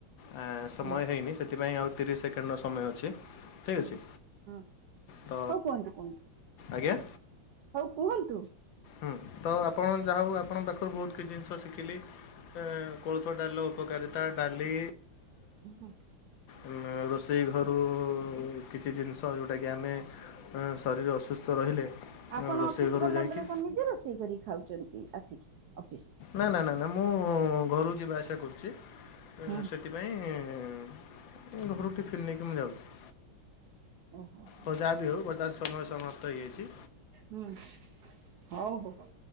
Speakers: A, on the left; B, on the right.
A: ଆ ସମୟ
B: ହୁଁ
A: ହେଇନି ସେଥିପାଇଁ ଆଉ ତିରିଶ ସେକେଣ୍ଡ ର ସମୟ ଅଛି। ଠିକ
B: ଆଜ୍ଞା
A: ଅଛି
B: ହଁ
A: ତ
B: ହଉ କୁହନ୍ତୁ କୁହନ୍ତୁ
A: ଆଜ୍ଞା?
B: ହଉ କୁହନ୍ତୁ।
A: ହୁଁ ତ ଆପଣ ଯାହାହଉ ଆପଣଙ୍କ ପାଖରୁ ବହୁତ କିଛି ଜିନିଷ ଶିଖିଲି। ଅ କୋଳଥ ଡାଲି ଉପକାରିତା ଡାଲି
B: ହୁଁ।
A: <unintelligible> ରୋଷେଇ ଘରୁ କିଛି ଜିନିଷ, ଯେଉଁଟାକି ଆମେ ଶରୀର ଅସୁସ୍ଥ ରହିଲେ।
B: ଆପଣ
A: ରୋଷେଇ
B: ଅଫିସ
A: ଘରୁ
B: ଗଲା
A: ଯାଇକି
B: ବେଳେ କଣ ନିଜେ ରୋଷେଇ କରି ଖାଉଛନ୍ତି ଆସିକି? ଅଫିସ୍
A: ନା ନା ମୁଁ ଘରୁକୁ ଯିବା ଆସିବା କରୁଛି
B: ହୁଁ
A: ସେଥିପାଇଁ ଘରୁ ଟିଫିନ୍ ନେଇକି ମୁଁ ଯାଉଛି।
B: ଓ ହୋ ହୋ।
A: ତ ଯାହା ବି ହେଉ ବର୍ତ୍ତମାନ ସମୟ ସମାପ୍ତ ହୋଇଯାଇଛି।
B: ହୁଁ ହଉ ହଉ।